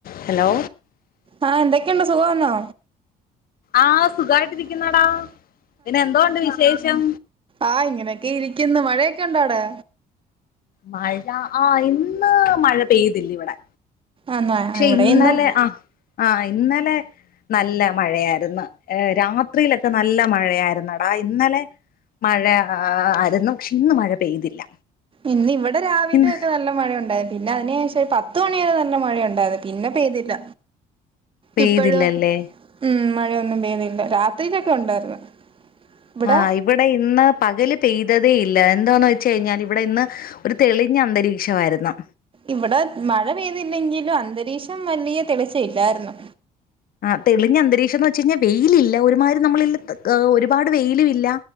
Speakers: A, on the left (about 60°); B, on the right (about 30°).
A: Hello
B: ആ എന്തൊക്കെയുണ്ട് സുഖവാന്നോ?
A: ആ സുഖായിട്ടിരിക്കുന്നെടാ പിന്നെ എന്തോ ഉണ്ട് വിശേഷം?
B: ആ ഇങ്ങനെയൊക്കെയിരിക്കുന്നു മഴയൊക്കെ ഒണ്ടോ അവ്ടെ?
A: മഴ ആ ഇന്ന് മഴ പെയ്തില്ലിവിടെ.
B: ആന്നോ
A: പക്ഷെ
B: ഇവിടെ
A: ഇന്നലെ
B: ഇന്നും
A: ആഹ് ആഹ് ഇന്നലെ നല്ല മഴയായിര്ന്ന് രാത്രിലൊ ക്കെ നല്ല മഴയായിരുന്നുടാ ഇന്നലെ മഴ ആയ്രുന്നു പക്ഷെ ഇന്ന് മഴ പെയ്തില്ല.
B: ഇന്ന് ഇവടെ രാവിലെ
A: ഇന്ന്
B: ഒക്കെ നല്ല മഴ ഉണ്ടായി പിന്നെ അതിന് ശേഷം പത്ത് മണി വരെ തന്നെ മഴ ഉണ്ടായിരുന്നു പിന്നെ പെയ്തില്ല.
A: പെയ്തില്ലല്ലേ
B: ഇപ്പഴും ഉം മഴയൊന്നും പെയ്യുന്നില്ല രാത്രിയിലൊക്കെ ഉണ്ടായിരുന്നു. ഇവിടെ
A: ആഹ് ഇവടെ ഇന്ന് പകല് പെയ്തതേ ഇല്ല എന്തൊന്ന് വെച്ച് കഴിഞ്ഞാല് ഇവടെ ഇന്ന് ഒരു തെളിഞ്ഞ അന്തരീക്ഷവായിര്ന്നു.
B: ഇവടെ മഴ പെയ്തില്ലെങ്കിലും അന്തരീക്ഷം വലിയ തെളിച്ചയില്ലായിരുന്നു.
A: ആഹ് തെളിഞ്ഞ അന്തരീക്ഷന്ന് വെച്ചഴിഞ്ഞാ വെയിലില്ല ഒരുമാതിരി നമ്മള് <unintelligible> ഒരുപാട് വെയിലും ഇല്ല